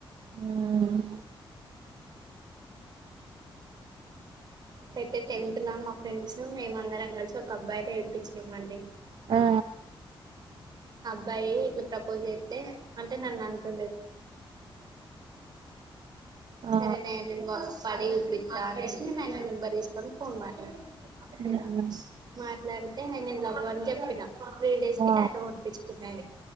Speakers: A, on the right (about 70°); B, on the right (about 50°).
A: ఉమ్,
B: అయితే టెన్త్ ల మా ఫ్రెండ్స్ మేము అందరం కలిసి ఒక అబ్బాయి తే ఏడిపించినం అండి.
A: ఆ.
B: అబ్బయి ఇప్పుడు ప్రపోజ్ జెతే అంటే నన్ను అంట.
A: ఆ
B: సరే నే బాక్స్ పడి చూపి. తెలిసిన అయన నెంబర్ తీసుకోని ఫోన్ మాట్లాడిన.
A: ఉమ్,
B: మాట్లాడిన. తే నే నేను లవ్వు అని చెప్పిన త్రీ డేస్ కి
A: ఆ
B: టాటో పొడిపిచ్చుకున్నాయిగ